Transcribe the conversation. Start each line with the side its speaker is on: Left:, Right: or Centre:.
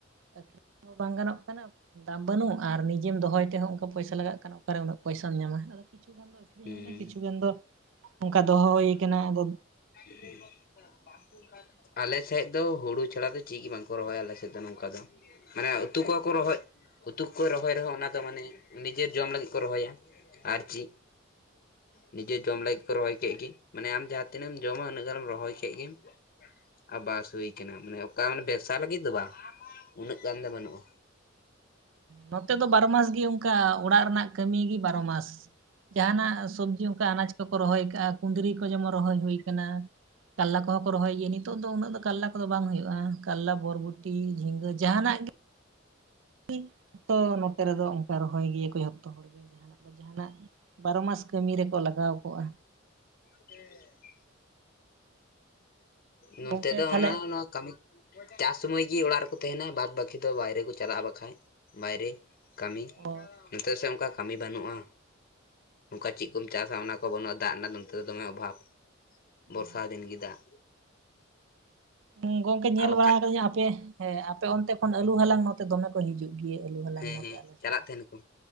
Right: ᱟᱹᱠᱷᱨᱤᱧ ᱦᱚᱸ ᱵᱟᱝ ᱜᱟᱱᱚᱜ ᱠᱟᱱᱟ ᱫᱟᱢ ᱵᱟᱹᱱᱩᱜ ᱟᱨ ᱱᱤᱡᱮᱢ ᱫᱚᱦᱚᱭ ᱛᱮᱦᱚᱸ ᱚᱱᱠᱟ ᱯᱚᱭᱥᱟ ᱞᱟᱜᱟᱜ ᱠᱟᱱᱟ ᱚᱠᱟᱨᱮ ᱩᱱᱟᱹᱜ ᱯᱚᱭᱥᱟᱢ ᱧᱟᱢᱟ ᱟᱫᱚ ᱠᱤᱪᱷᱩ ᱜᱟᱱ ᱫᱚ ᱤᱧᱢᱮᱱᱟ
Left: ᱦᱩᱸ
Right: ᱠᱤᱪᱷᱩ ᱜᱟᱱ ᱫᱚ ᱚᱱᱠᱟ ᱫᱚᱦᱚ ᱦᱩᱭ ᱠᱟᱱᱟ ᱟᱫᱚ
Left: ᱱᱚᱣᱟ ᱠᱷᱟᱹᱛᱤᱨ ᱠᱚ ᱵᱟᱜ ᱯᱟᱜ ᱟᱞᱮ ᱥᱮᱫ ᱫᱚ ᱦᱩᱲᱩ ᱪᱷᱟᱲᱟ ᱫᱚ ᱪᱮᱫ ᱜᱤ ᱵᱟᱝᱠᱚ ᱨᱚᱦᱚᱭᱟ ᱟᱞᱮᱥᱮᱫ ᱫᱚ ᱱᱚᱝᱠᱟ ᱫᱚ ᱦᱮᱸ ᱩᱛᱩᱠᱚ ᱠᱚ ᱨᱚᱦᱚᱭ ᱩᱛᱩᱠᱚ ᱨᱚᱦᱚᱭ ᱨᱮᱦᱚᱸ ᱚᱱᱟ ᱫᱚ ᱢᱟᱱᱮ ᱱᱤᱡᱮᱨ ᱡᱚᱢ ᱞᱟᱹᱜᱤᱫ ᱠᱚ ᱨᱚᱦᱚᱭᱟ ᱟᱨ ᱪᱮᱫ ᱱᱤᱡᱮ ᱡᱚᱢ ᱞᱟᱹᱜᱤᱫ ᱠᱚ ᱨᱚᱦᱚᱭ ᱠᱮᱫ ᱜᱤ ᱢᱟᱱᱮ ᱟᱢ ᱡᱟᱦᱟᱸᱛᱤᱱᱟᱹᱜ ᱮᱢ ᱡᱚᱢᱟ ᱩᱱᱟᱹᱜ ᱜᱟᱱᱮᱢ ᱨᱚᱦᱚᱭ ᱠᱮᱜ ᱜᱮᱢ ᱟᱨ ᱵᱟᱥ ᱦᱩᱭ ᱠᱟᱱᱟ ᱢᱟᱱᱮ ᱚᱠᱟ ᱟᱢ ᱵᱮᱵᱽᱥᱟ ᱞᱟᱹᱜᱤᱫ ᱫᱚ ᱵᱟᱝ ᱩᱱᱟᱹᱜ ᱜᱟᱱ ᱫᱚ ᱵᱟᱹᱱᱩᱜᱼᱟ
Right: ᱱᱚᱛᱮ ᱫᱚ ᱵᱟᱨᱚ ᱢᱟᱥ ᱜᱤ ᱚᱱᱠᱟ ᱚᱲᱟᱜ ᱨᱮᱱᱟᱜ ᱠᱟᱹᱢᱤᱜᱤ ᱵᱟᱨᱚ ᱢᱟᱥ ᱡᱟᱦᱟᱱᱟᱜ ᱥᱚᱵᱽᱡᱤ ᱚᱱᱠᱟ ᱟᱱᱟᱡ ᱠᱚᱠᱚ ᱨᱚᱦᱚᱭ ᱟᱠᱟᱜᱼᱟ ᱠᱩᱸᱫᱽᱨᱤ ᱠᱚ ᱡᱮᱢᱚᱱ ᱨᱚᱦᱚᱭ ᱦᱩᱭ ᱠᱟᱱᱟ ᱠᱟᱨᱞᱟ ᱠᱚᱦᱚᱸ ᱠᱚ ᱨᱚᱦᱚᱭ ᱜᱮᱭᱟ ᱱᱤᱛᱚᱜ ᱫᱚ ᱩᱱᱟᱹᱜ ᱫᱚ ᱠᱟᱨᱞᱟ ᱠᱚᱫᱚ ᱵᱟᱝ ᱦᱩᱭᱩᱜᱼᱟ ᱠᱟᱨᱞᱟ ᱵᱚᱨᱵᱚᱴᱤ ᱡᱷᱤᱸᱜᱟᱹ ᱡᱟᱦᱟᱱᱟᱜ ᱜᱮ ᱜᱤ ᱛᱚ ᱱᱚᱛᱮ ᱨᱮᱫᱚ ᱚᱱᱠᱟ ᱨᱚᱦᱚᱭ ᱜᱤᱭᱟᱹ ᱠᱚ ᱡᱷᱚᱛᱚ ᱦᱚᱲᱜᱮ ᱡᱟᱦᱟᱱᱟᱜ ᱵᱟ ᱡᱟᱦᱟᱱᱟᱜ ᱵᱟᱨᱚ ᱢᱟᱥ ᱠᱟᱹᱢᱤ ᱨᱮᱠᱚ ᱞᱟᱜᱟᱣ ᱠᱚᱜᱼᱟ
Left: ᱦᱮᱸ ᱱᱚᱱᱛᱮ
Right: ᱜᱚᱝᱠᱮ
Left: ᱫᱚ
Right: ᱛᱟᱦᱚᱞᱮ
Left: ᱚᱱᱟ ᱚᱱᱟᱜ ᱠᱟᱹᱢᱤ ᱪᱟᱥ ᱥᱩᱢᱚᱭ ᱜᱮ ᱚᱲᱟᱜ ᱨᱮᱠᱚ ᱛᱟᱦᱮᱸᱱᱟ ᱵᱟᱫ ᱵᱟᱹᱠᱤ ᱫᱚ ᱵᱟᱭᱨᱮ ᱠᱚ ᱪᱟᱞᱟᱜᱼᱟ ᱵᱟᱠᱷᱟᱡ ᱵᱟᱭᱨᱮ ᱠᱟᱹᱢᱤ
Right: ᱚ
Left: ᱱᱤᱛᱚᱜ ᱥᱮᱫ ᱚᱱᱠᱟ ᱠᱟᱹᱢᱤ ᱵᱟᱹᱱᱩᱜᱼᱟ ᱚᱱᱠᱟ ᱪᱮᱫ ᱠᱚᱢ ᱪᱟᱥᱟ ᱚᱱᱟ ᱠᱚ ᱵᱟᱹᱱᱩᱜᱼᱟ ᱫᱟᱜ ᱨᱮᱱᱟᱜ ᱱᱚᱱᱛᱮ ᱫᱚ ᱫᱚᱢᱮ ᱚᱵᱷᱟᱵᱽ ᱵᱚᱨᱥᱟ
Right: ᱚ
Left: ᱫᱤᱱ ᱜᱤ ᱫᱟᱜ
Right: ᱦᱩᱸ ᱜᱚᱝᱠᱮ ᱧᱮᱞ
Left: ᱟᱨ ᱵᱟᱠᱷᱟᱡ
Right: ᱵᱟᱲᱟ ᱠᱟᱹᱫᱤᱧᱟ ᱟᱯᱮ ᱦᱮᱸ ᱟᱯᱮ ᱚᱱᱛᱮ ᱠᱷᱚᱱ ᱟᱹᱞᱩ ᱦᱟᱞᱟᱝ ᱱᱚᱛᱮ ᱫᱚᱢᱮ ᱠᱚ ᱦᱤᱡᱩᱜ ᱜᱮᱭᱟ ᱟᱹᱞᱩ ᱦᱟᱞᱟᱝ
Left: ᱦᱮᱸ
Right: ᱱᱚᱛᱮ
Left: ᱦᱮᱸ
Right: ᱟᱞᱮ ᱥᱮᱫ
Left: ᱪᱟᱞᱟᱜ ᱛᱟᱦᱮᱱ ᱠᱚ